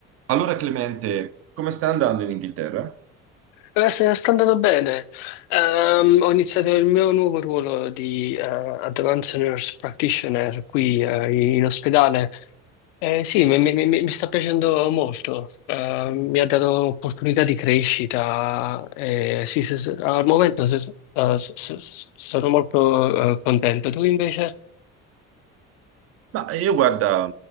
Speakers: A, on the right; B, on the left.
A: Allora, Clemente, come sta andando in Inghilterra?
B: Eh, se- sta andando bene. Ehm, ho iniziato il mio nuovo ruolo di eh, Advanced Nurse Practitioner qui eh, in ospedale. Eh, sì, mi, mi- mi- mi sta piacendo molto. Ehm, mi ha dato opportunità di crescita. eh, sì, se- se- al momento se- eh, se- se- sono molto eh, contento. Tu invece?
A: Ma io guarda,